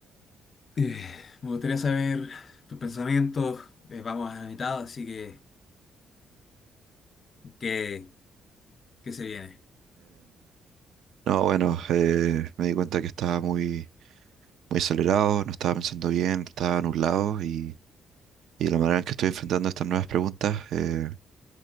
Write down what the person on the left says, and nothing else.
Eh, me gustaría saber tus pensamientos. Eh, vamos a la mitad, así que ¿qué, qué se viene?